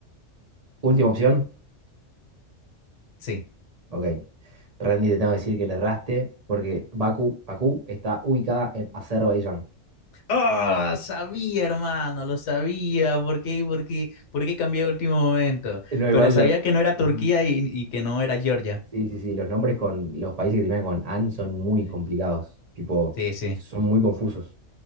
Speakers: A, on the right; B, on the left.
A: Última opción.
B: Sí.
A: Ok. Randy, te tengo que decir que le erraste porque Bakú, Bakú está ubicada en Azerbaiyán.
B: Ah, Sabía, hermano, lo sabía. ¿Por qué, por qué, por qué cambié de último momento?
A: No, igual
B: Pero sabía
A: lo...
B: que no era
A: Ujú.
B: Turquía y, y que no era Georgia.
A: Sí, sí, sí, los nombres con los países que terminan con AN son muy
B: Sí,
A: complicados, tipo,
B: sí. sí.
A: son muy confusos.